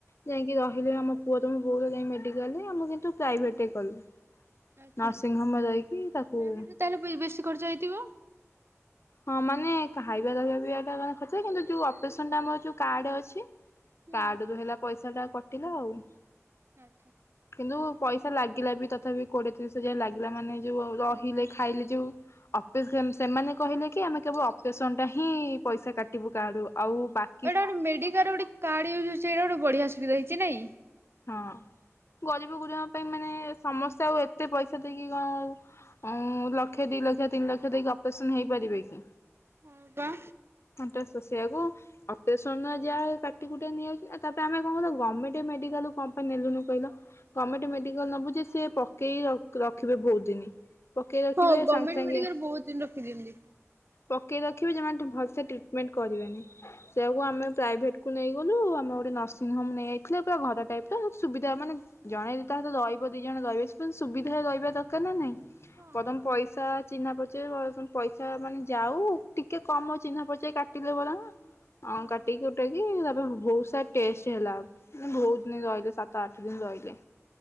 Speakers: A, on the left; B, on the right.
A: ଯାଇଁ କି ରହିଲେ ଆମ ପୁଅ ତ ମୋ ବୋଉର ଯାଇଁ କି ମେଡିକାଲରେ ଆମେ କିନ୍ତୁ ପ୍ରାଇଭେଟ୍ ରେ କଲୁ।
B: ଆଚ୍ଛା
A: ନର୍ସିଂ ହୋମରେ ରହିକି ତାକୁ
B: ପ୍ରାଇଭେଟରେ ତାହେଲେ ବେ ବେଶୀ ଖର୍ଚ୍ଚ ହେଇଥିବ।
A: ହଁ ମାନେ ଖାଇବା ରହିବା ପିଇବା ଟା ଯାହା ଖର୍ଚ୍ଚ କିନ୍ତୁ ଯୋଉ ଅପରେସନ୍ ଟା ଆମର ଯୋଉ କାର୍ଡ ଅଛି।
B: ହୁଁ
A: କାର୍ଡ
B: ହୁଁ
A: ରୁ ହେଲା ପଇସା ଟା କଟିଲା ଆଉ।
B: ଆଚ୍ଛା।
A: କିନ୍ତୁ ପଇସା ଲାଗିଲା ବି ତଥାପି କୋଡିଏ ତିରିଶ ହଜାର ଲାଗିଲା ମାନେ ଯୋଉ
B: ହୁଁ।
A: ରହିଲେ ଖାଇଲେ ଯୋଉ ଅଫିସ ସେମାନେ କହିଲେ କି କି ଆମେ କେବଳ ଅପରେସନ୍ ଟା ହିଁ ପଇସା କାଟିବୁ କାର୍ଡରୁ ଆଉ ବାକ୍
B: ଏଟା ଗୋଟେ ଟେଡିକାଲରେ ଗୋଟେ କାର୍ଡ ଇଉଜ୍ ହେଉଛି ଏଟା ଗୋଟେ ବଢିଆ ସୁବଧା ହେଇଛି ନାଇଁ।
A: ହଁ ଗରିବ ଗୁରୁବାଙ୍କ ପାଇଁ ମାନେ ସମସ୍ତେ ଆଉ ଏତେ ପଇସା ଦେଇକି କଣ ଆ ଲକ୍ଷେ ଦି ଲକ୍ଷ ତିନି ଲକ୍ଷ ଦେଇକି ଅପରେସନ ହେଇପାରିବେ କି।
B: ହଁ ବା।
A: ଥଣ୍ଟ ଶୋଷିବାକୁ। ଅପ୍ରେସନ ଯାହା କାଟି କୁଟାକି ନେଇଆଯାଉ ତାପ୍ରେ ଆମେ କଂ କ ଗମେଣ୍ଟ୍ ମେଡିକାଲ୍ କୁ କଂ ପାଇଁ ନେଲୁନି କହିଲ। ଗମେଣ୍ଟ‌ ମେଡିକାଲ ନବୁ ଯେ ସେ ପକେଇ ରଖ୍ ରଖିବେ ବହୁତ ଦିନ। ପକେଇ ରଖିବେ
B: ହଁ ଗଭର୍ଣ୍ଣମେଣ୍ଟ
A: ସାଙ୍ଗେ ସାଙ୍ଗେ
B: ମେଡିକାଲ ବହୁତ ଦିନ ରଖିଦିଅନ୍ତି।
A: ପକେଇ ରଖିବେ ଯେମାନେ ଭଲସେ ଟ୍ରିଟମେଣ୍ଟ କରିବେନି ସେଇଆକୁ ଆମେ ପ୍ରାଇଭେଟକୁ ନେଇ ଗଲୁ ଆମେ ଗୋଟେ ନର୍ସିଂହୋମ ନେଇଯାଇଥିଲେ ପୁରା ଘର ଟାଇପ ର ସୁବିଧା ମାନେ ଜଣେ ଯଦି ତା ସହିତ
B: ହଁ
A: ରହିବ ଦିଜଣ ରହିବେ <unintelligible> ସୁବିଧା ରହିବା ଦରକାର ନା ନାଇଁ
B: ହଁ
A: ବରଂ ପଇସା ଚିହ୍ନା ପରିଚୟ ପଇସା ମାନେ ଯାଉ ଟିକେ କମ ଚିହ୍ନା ପରିଚୟ କାଟିଲେ ଭଲ ନା।
B: ହଁ
A: ଅଁ କାଟିକି କଟାକି ତାପ୍ରେ ଭୌସାଟ୍ ଟେଷ୍ଟ ହେଲା ମାନେ ବହୁତ ଦିନ ରହିଲେ ସାତ ଆଠ ଦିନ ରହିଲେ।